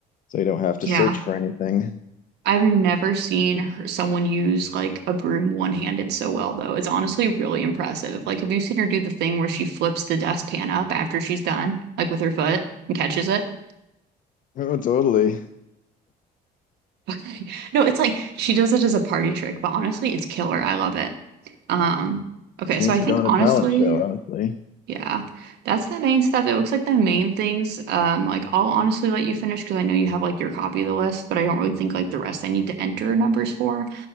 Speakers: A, on the left; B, on the right.
A: so you don't have to
B: Yeah.
A: search for anything. <laughs>
B: I've never seen her, someone use like a broom one-handed so well, though. It's honestly really impressive. Like, have you seen her do the thing where she flips the dustpan up after she's done, like with her foot and catches it? <laughs>
A: Oh, totally.
B: Okay. No, it's like she does it as a party trick, but honestly, it's killer. I love it. Um, okay,
A: She
B: so
A: needs
B: I
A: to
B: think
A: go on
B: honestly,
A: a talent show, honestly.
B: yeah, that's the main stuff. It looks like the main things. Um, like I'll honestly let you finish because I know you have like your copy of the list, but I don't really think like the rest I need to enter numbers for.